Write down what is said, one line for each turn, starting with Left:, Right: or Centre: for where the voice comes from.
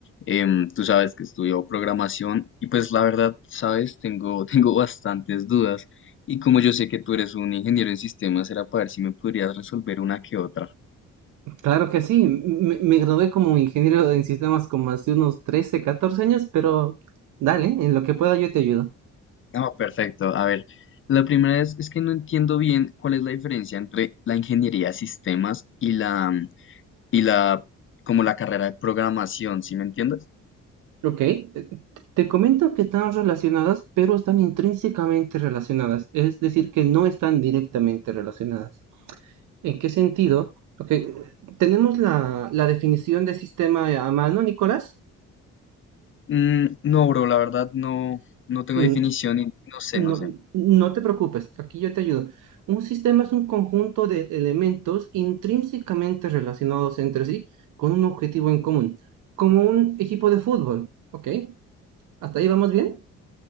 Left: Em, tú sabes que estudio programación y pues la verdad, sabes, tengo, <laughs> tengo bastantes dudas. Y como yo sé que tú eres un ingeniero en sistemas, era para ver si me podrías resolver una que otra.
Right: Claro que sí, me, me gradué como ingeniero en sistemas como hace unos 13, 14 años, pero dale, en lo que pueda yo te ayudo.
Left: Ah, perfecto. A ver, la primera es, es que no entiendo bien cuál es la diferencia entre la ingeniería de sistemas y la, y la, como la carrera de programación, ¿sí me entiendes?
Right: Ok, eh, te comento que están relacionadas, pero están intrínsecamente relacionadas, es decir, que no están directamente relacionadas. ¿En qué sentido? Ok, eh, tenemos la, la definición de sistema a mano, Nicolás.
Left: Mm, no, bro, la verdad no, no tengo
Right: Mm,
Left: definición y no sé,
Right: No,
Left: no sé. Ok.
Right: no te preocupes, aquí yo te ayudo. Un sistema es un conjunto de elementos intrínsecamente relacionados entre sí con un objetivo en común, como un equipo de fútbol, ¿ok? ¿Hasta ahí vamos bien?